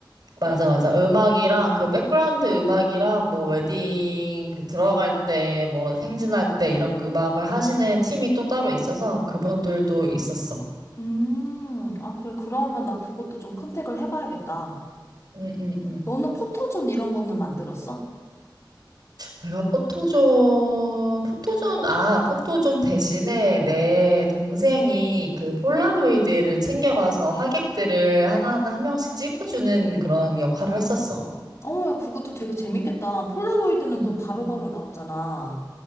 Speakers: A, on the right; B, on the left.
A: 맞아, 맞아. 음악이랑 그 백그라운드 음악이랑 뭐 웨딩 그 들어갈 때 뭐 행진할 때 이런 그 음악을 하시는 팀이 또 따로 있어서 그분들도 있었어.
B: 음, 아, 그래. 그러면 나 그것도 좀 컨택을 해봐야겠다.
A: 응, 응, 응.
B: 너는 포토존 이런 거는 만들었어?
A: 내가 포토존, 포토존, 아, 포토존 대신에 내 동생이 그 폴라로이드를 챙겨가서 하객들을 하나하나 한 명씩 찍어주는 그런 역할을 했었어.
B: 어, 야, 그것도 되게 재밌겠다. 폴라로이드는
A: 음,
B: 또 바로바로
A: 음.
B: 나오잖아.